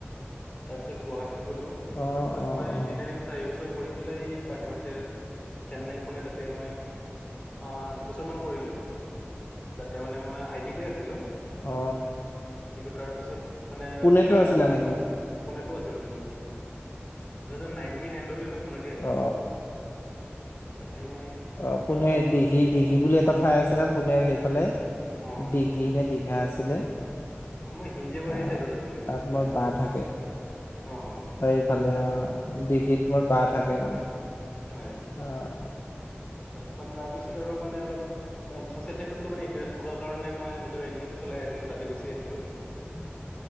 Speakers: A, on the left; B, on the left.
A: তাৰপিছত গুৱাহাটী গলো
B: অ
A: তাৰ পিছত
B: অ অ
A: ইঞ্জিনিয়াৰিং চাৰি বছৰ পেলাই বাহিৰতে চেন্নাই পোনে তাতে মই আঠ বছৰমান কৰিলোঁ যাতে মানে মই আইটিতে আছিলোঁ
B: অ
A: তাৰ পিছত। মানে
B: পুনেতো
A: চয়া
B: আছিলা নেকি
A: পুনেটো আছিলো তিনি বছৰ টু থাউজেণ্ড নাইনণ্টিন <unintelligible> ফোনতেই আছিলোঁ
B: অ
A: তাতে মই
B: অ কোনে
A: আহ,
B: দিঘিত দিখি বোলে এটা ঠাই আছে না পুনেৰ সেই ফালে
A: অ
B: দীঘি নে দীঘ সেয়া আছিলে
A: অ মই হিঞ্জেবাৰী
B: আহ
A: চাইডত আছিলো মানে
B: তাত
A: আপোনাৰ
B: মোৰ বা থাকে
A: অ হ
B: এইফালে আহ দিঘিত মোৰ বা থা থাকে মানে
A: হয়
B: আহ
A: তাত মান তাৰপিছত আৰু মানে অলপ যেন চচিয়েল্ট <unintelligible> টো মানে ইণ্টাৰেষ্ট থকাৰ কাৰণে মই নিজৰ এন জি অ'টো চলাই আছিলো তাতে গুচি আহিলো
B: উ